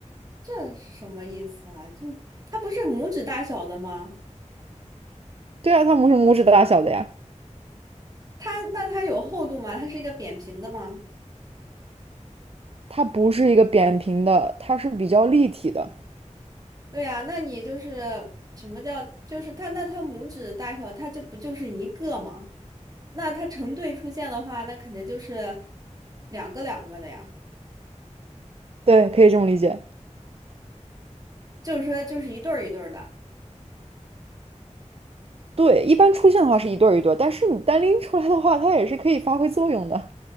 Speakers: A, on the right; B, on the right.
A: 这是什么意思啊？这它不是拇指大小的吗？
B: 对啊，它拇指拇指大小的呀，
A: 它那它有厚度吗？它是一个扁平的吗？
B: 它不是一个扁平的，它是比较立体的。
A: 对呀，那你就是什么叫就是它那它拇指大小，它就不就是一个吗？那它成对出现的话，那肯定就是两个两个的呀，
B: 对，可以这么理解。
A: 就是说就是一对儿一对儿的，
B: 对，一般出现的话是一对儿一对儿，但是你单拎出来的话，它也是可以发挥作用的。